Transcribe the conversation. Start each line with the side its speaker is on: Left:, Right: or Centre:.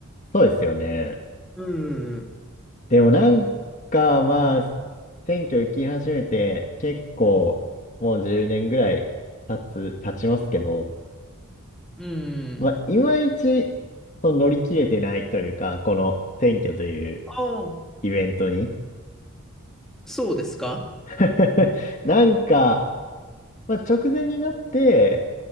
Left: そうですよね。
Centre: うんうん
Left: でもなんか、まあ、選挙行き始めて結構もう10年ぐらい経つ、経ちますけど、
Centre: うん。
Left: まあ、
Centre: うん。
Left: いまいちその乗り切れてないというか、この選挙という
Centre: ああ、
Left: イベントに。
Centre: そうですか
Left: <laughs> なんか、まあ、直前になって、